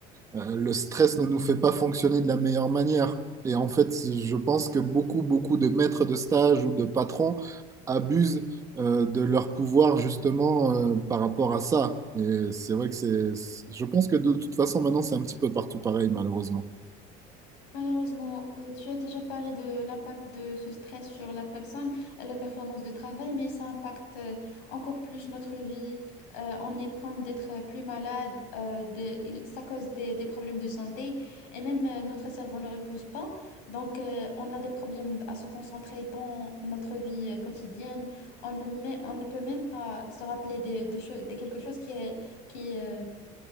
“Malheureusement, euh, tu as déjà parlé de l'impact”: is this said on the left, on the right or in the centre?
Left